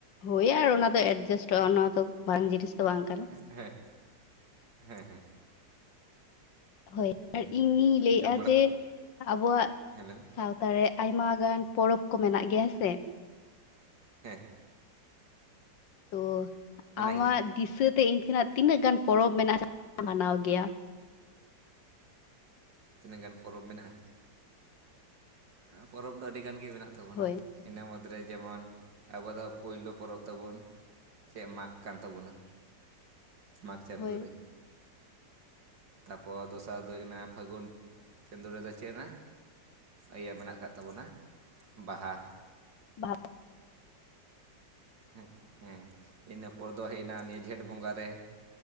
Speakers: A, on the left (about 85°); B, on the right (about 80°).
A: ᱦᱳᱭ ᱟᱨ ᱚᱱᱟ ᱫᱚ ᱮᱰᱡᱟᱥᱴᱚᱜᱼᱟ ᱚᱱᱟ ᱫᱚ ᱢᱟᱨᱟᱝ ᱡᱤᱱᱤᱥ ᱫᱚ ᱵᱟᱝ ᱠᱟᱱᱟ᱾
B: <unintelligible> ᱦᱮᱸ ᱦᱮᱸ᱾
A: ᱦᱳᱭ ᱟᱨ
B: ᱫᱤᱭᱮ
A: ᱤᱧᱤᱧ ᱞᱟᱹᱭᱮᱜᱼᱟ
B: ᱡᱚᱢ ᱵᱟᱲᱟ
A: ᱡᱮ,
B: ᱠᱚ
A: ᱟᱵᱚᱣᱟᱜ
B: ᱦᱮᱸ ᱞᱟᱹᱭ ᱢᱮ
A: ᱥᱟᱶ ᱛᱟ ᱨᱮ ᱟᱭᱢᱟ ᱜᱟᱱ ᱯᱚᱨᱚᱵᱽ ᱠᱚ ᱢᱮᱱᱟᱜ ᱜᱮᱭᱟ ᱦᱮᱸ ᱥᱮ,
B: ᱦᱮᱸ᱾
A: ᱛᱚ
B: ᱢᱮᱱᱟᱜ
A: ᱟᱢᱟᱜ
B: ᱜᱮᱭᱟ
A: ᱫᱤᱥᱟᱹᱛᱮ ᱤᱝᱠᱟᱹᱱᱟᱜ ᱛᱤᱱᱟᱹᱜ ᱜᱟᱱ ᱯᱚᱨᱚᱵᱽ ᱢᱮᱱᱟᱜᱼᱟ ᱡᱟᱦᱟᱸ <inaudible> ᱢᱟᱱᱟᱣ ᱜᱮᱭᱟ?
B: ᱛᱤᱱᱟᱹᱜ ᱜᱟᱱ ᱯᱚᱨᱚᱵᱽ ᱢᱮᱱᱟᱜᱼᱟ? ᱟᱸ ᱯᱚᱨᱚᱵᱽ ᱫᱚ ᱟᱹᱰᱤ ᱜᱟᱱ ᱜᱮ ᱢᱮᱱᱟᱜ ᱛᱟᱵᱚᱱᱟ᱾
A: ᱦᱳᱭ
B: ᱤᱱᱟᱹ ᱢᱩᱫᱽᱨᱮ ᱡᱮᱢᱚᱱ, ᱟᱵᱚᱣᱟᱜ ᱫᱚ ᱯᱩᱭᱞᱳ ᱯᱚᱨᱚᱵᱽ ᱛᱟᱵᱚᱱ ᱪᱮᱫ ᱢᱟᱜᱽ ᱠᱟᱱ ᱛᱟᱵᱚᱱᱟ, ᱢᱟᱜᱽ ᱪᱟᱸᱫᱳ
A: ᱦᱳᱭ
B: ᱨᱮ, ᱛᱟᱯᱚᱨ ᱫᱚᱥᱟᱨ ᱫᱚ ᱦᱩᱭ ᱚᱱᱟ ᱯᱷᱟᱹᱜᱩᱱ ᱪᱟᱸᱫᱳ ᱨᱮᱫᱚ ᱪᱮᱫ ᱚᱱᱟ ᱤᱭᱟᱹ ᱢᱮᱱᱟᱜ ᱠᱟᱜ ᱛᱟᱵᱚᱱᱟ ᱵᱟᱦᱟ,
A: ᱵᱟᱦᱟ
B: ᱦᱮᱸ ᱦᱮᱸ, ᱤᱱᱟᱹ ᱯᱚᱨ ᱫᱚ ᱦᱮᱡ ᱮᱱᱟ ᱱᱤᱭᱟᱹ ᱡᱷᱮᱸᱴ ᱵᱚᱸᱜᱟ ᱨᱮ,